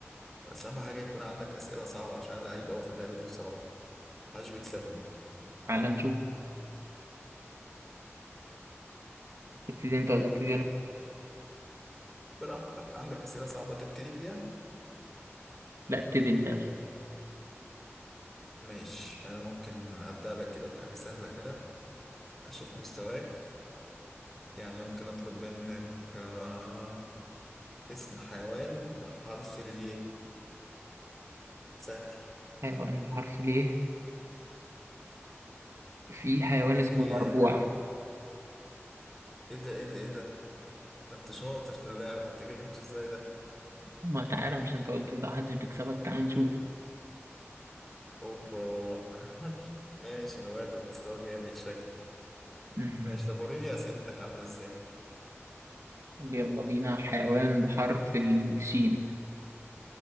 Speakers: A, in the centre; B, on the right (about 85°).
A: بس اهم حاجه يكون عندك اسئله صعبه عشان انا لعيب قوي في اللعبه دي بصراحه محدش بيكسبني
B: على نشوف ابتدي انت ولا ابتدي انا
A: براحتك عندك اسئله صعبه تبتدي بيها
B: لا ابتدي انت يلا
A: ماشي انا ممكن ابدا لك كده بحاجه سهله كده اشوف مستواك يعني ممكن اطلب منك آه، اسم حيوان بحرف الياء سهل
B: حيوان بحرف ليه في حيوان
A: الياء
B: اسمه الارجوع
A: ايه ده ايه ده ايه ده ده انت شاطر في اللعبة انت جبته ازاي ده؟
B: ما تعالى مش انت قلت انت محدش بيكسبك تعال نشوف
A: اوبا <laughs> ماشي انا وقعت في مستوى جامد شكلي
B: مم.
A: ماشي طب وريني اسئلتك عاملة ازاي
B: يلا بينا حيوان بحرف الشين